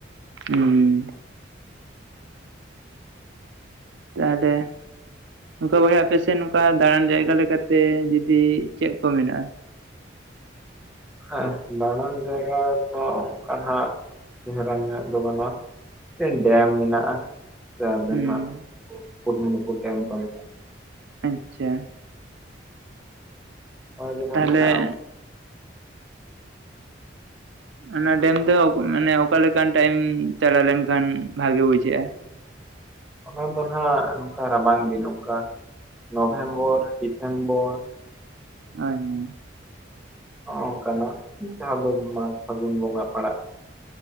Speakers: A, on the right; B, in the centre.
A: ᱦᱩᱸ, ᱛᱟᱦᱟᱞᱮ ᱚᱱᱠᱟ ᱵᱚᱭᱦᱟ ᱟᱯᱮᱥᱮᱱ, ᱱᱚᱝᱠᱟ ᱫᱟᱬᱟᱱ ᱡᱟᱭᱜᱟ ᱞᱮᱠᱟᱛᱮ, ᱡᱩᱫᱤ ᱪᱮ ᱠᱚ ᱢᱮᱱᱟᱜᱼᱟ?
B: ᱦᱮᱸ, ᱫᱟᱬᱟᱱ ᱡᱟᱭᱜᱟ ᱫᱚ ᱚᱱᱠᱟᱱᱟᱸᱜ, ᱪᱮᱦᱮᱨᱟ ᱧᱚᱜ ᱫᱚ ᱵᱟᱹᱱᱩᱜᱼᱟ᱾ ᱢᱤᱫᱴᱟᱝ ᱰᱮᱢ ᱢᱮᱱᱟᱜᱼᱟ, ᱡᱟᱦᱟᱸ ᱫᱚ
A: ᱦᱩᱸ
B: ᱦᱟᱸᱜ, ᱢᱩᱠᱩᱴᱢᱩᱱᱤᱯᱩᱨ ᱰᱮᱢ ᱠᱚ ᱢᱮᱛᱟᱜᱼᱟ᱾
A: ᱟᱹᱪᱪᱟ
B: ᱱᱚ ᱚᱭ ᱜᱮ ᱱᱟᱦᱟᱜ
A: ᱛᱟᱦᱚᱞᱮ
B: ᱢᱮᱱᱟᱜᱼᱟ᱾
A: ᱚᱱᱟ ᱰᱮᱢ ᱫᱚ ᱢᱟᱱᱮ ᱚᱠᱟᱞᱮᱠᱟᱱ ᱴᱟᱭᱤᱢ, ᱪᱟᱞᱟᱣ ᱞᱮᱱᱠᱷᱟᱱ ᱵᱷᱟᱜᱮ ᱵᱩᱡᱷᱟᱹᱜᱼᱟ?
B: ᱚᱱᱟ ᱫᱚ ᱦᱟᱸᱜ ᱱᱚᱝᱠᱟ ᱨᱟᱵᱟᱝ ᱫᱤᱱ, ᱚᱱᱠᱟ ᱱᱚᱵᱷᱮᱢᱵᱚᱨ, ᱰᱤᱥᱮᱢᱵᱚᱨ᱾
A: ᱟᱱᱚᱭ <unintelligible>
B: ᱦᱚᱸᱚᱝᱠᱟᱱᱟᱜ ᱡᱟᱦᱟᱸ ᱫᱚ, ᱢᱟᱜ ᱯᱷᱟᱹᱜᱩᱱ ᱵᱚᱸᱜᱟ ᱯᱟᱲᱟᱜ